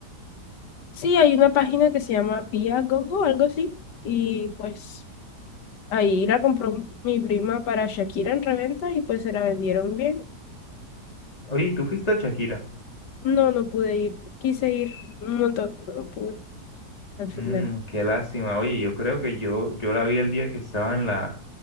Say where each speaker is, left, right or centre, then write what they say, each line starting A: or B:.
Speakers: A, on the left; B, on the left.
A: Sí, hay una página que se llama Viagogo, algo así, y pues ahí la compró mi prima para Shakira en reventa y pues se la vendieron bien.
B: Oye, ¿y ¿tú fuiste a Shakira?
A: No, no pude ir, quise ir un montón, pero no pude al
B: Mm,
A: final.
B: qué lástima. Oye, yo creo que yo, yo la vi el día que estaba en la,